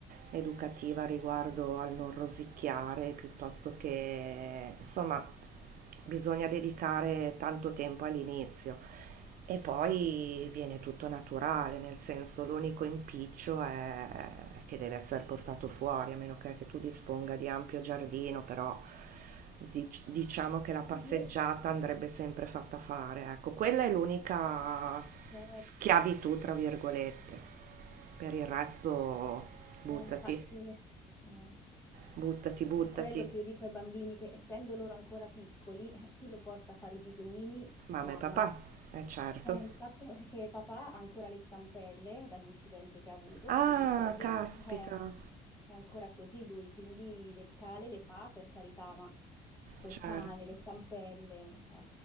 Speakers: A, on the right; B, on the left.
A: educativa riguardo al non rosicchiare, piuttosto che, insomma, bisogna dedicare tanto tempo all'inizio. E poi viene tutto naturale, nel senso l'unico impiccio è che deve essere portato fuori, a meno che, che tu disponga di ampio giardino, però dic- diciamo che la passeggiata
B: io,
A: andrebbe sempre fatta fare. Ecco, quella è l'unica
B: certo,
A: schiavitù, tra virgolette. Per il resto, buttati,
B: eh, infatti... eh.
A: buttati, buttati.
B: È quello che io dico ai bambini, che essendo loro ancora piccoli, eh, chi lo porta a fare i bisognini?
A: Mamma
B: Mamma.
A: e papà, è certo.
B: Eh, il fatto è che papà ha ancora le stampelle dall'incidente che ha avuto,
A: Ah,
B: quindi sarebbe...
A: caspita,
B: eh, è ancora così lui, quindi le scale le fa per carità, ma col
A: certo,
B: cane, le stampelle, cioè,